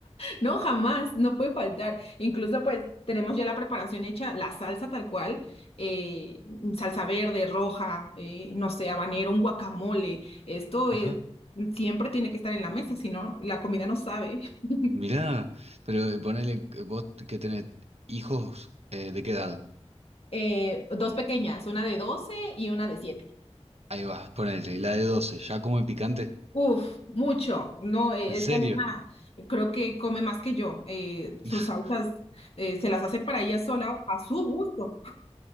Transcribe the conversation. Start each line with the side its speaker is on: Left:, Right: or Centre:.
Left: No, jamás, no puede faltar. Incluso pues tenemos ya la preparación hecha, la salsa tal cual, eh, salsa verde, roja, eh, no sé, habanero, un guacamole. Esto
Right: Ajá.
Left: es, siempre tiene que estar en la mesa, si no, la comida no sabe. <laughs>
Right: Mirá, pero eh, ponele que vos que tenés hijos eh, ¿de qué edad?
Left: Eh, dos pequeñas, una de 12 y una de 7.
Right: Ahí va, ponele, la de 12, ¿ya come picante?
Left: Uf, mucho. No, eh,
Right: ¿En
Left: esta
Right: serio?
Left: nena creo que come más que yo. Eh, sus
Right: <laughs>
Left: salsas eh, se las hace para ella sola a su gusto.